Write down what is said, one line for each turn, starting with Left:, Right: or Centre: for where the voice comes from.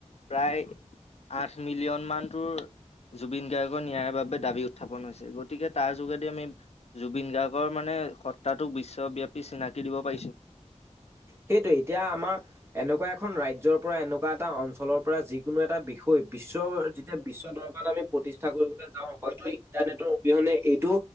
Left: প্ৰায় আঠ মিলিয়ন মান টোৰ জুবিন গাৰ্গৰ ন্যায়ৰ বাবে দাবী উত্থাপন হৈছে গতিকে তাৰ যোগেদি আমি জুবিন গাৰ্গৰ মানে সত্ত্বাটোক বিশ্বব্যাপী চিনাকি দিব পাৰিছো।
Right: সেইটোৱেই এতিয়া আমাৰ এনেকুৱা, এখন ৰাজ্যৰ পৰা এনেকুৱা এটা অঞ্চলৰ পৰা যিকোনো এটা বিষয় বিশ্ব যেতিয়া বিশ্ব দৰবাৰত আমি প্ৰতি- প্ৰতিষ্ঠা কৰিবলৈ যাওঁ হয়তো ইণ্টাৰনেটৰ অবিহনে এইটো